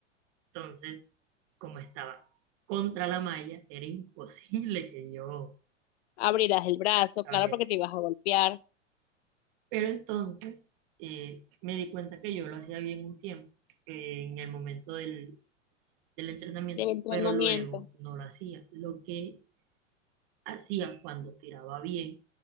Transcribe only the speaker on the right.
Entonces, como estaba contra la malla, era imposible que yo
abriera.
Pero entonces eh, me di cuenta que yo lo hacía bien un tiempo, eh, en el momento del, del entrenamiento,
pero luego no lo hacía. Lo que hacía cuando tiraba bien